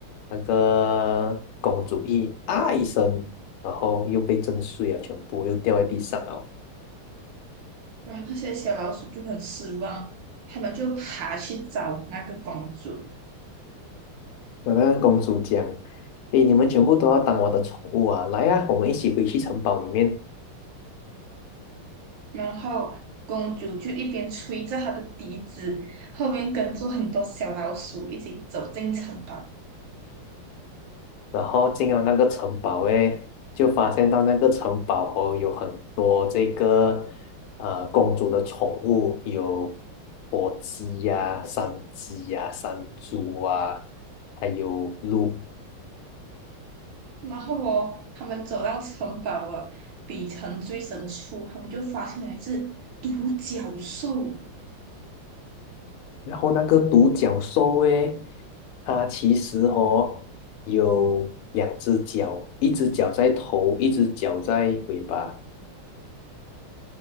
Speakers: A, on the left; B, on the right.
A: 那个公主一啊一声，然后又被震碎啊，全部又掉在地上了。
B: 然后那些小老鼠就很失望，他们就爬去找那个公主，
A: 那那个公主讲：“诶，你们全部都要当我的宠物啊！来啊，我们一起回去城堡里面
B: 然后公主就一边吹着她的笛子，后面跟着很多小老鼠一起走进城堡。
A: 然后进了那个城堡诶，就发现到那个城堡哦有很多这个呃公主的宠物，有火鸡呀、山鸡呀、山猪啊，还有鹿。
B: 然后哦，他们走到城堡了，底层最深处，他们就发现了一只独角兽。
A: 然后那个独角兽诶，它其实哦有两只脚，一只脚在头，一只脚在尾巴。